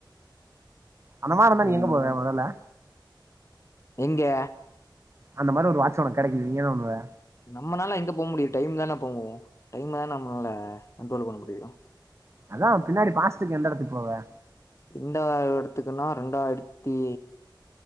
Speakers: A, on the right; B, on the left.
A: அந்த மாரி இருந்தா
B: அவ்வளவுதான்.
A: நீ எங்க போவ மொதல்ல
B: எங்க
A: அந்த மாரி ஒரு வாட்ச் ஒனக்கு கெடைக்குது நீ என்ன பண்ணுவ
B: நம்மனால எங்க போ முடியு? டைம்தான போவு, டைமுதா நம்மள கண்ட்ரோல் பண்ண முடியு
A: அதா பின்னாடி பாஸ்டுக்கு எந்த எடத்துக்கு போவ
B: எந்த எடத்துக்குன்னா இரெண்டாயிரத்தி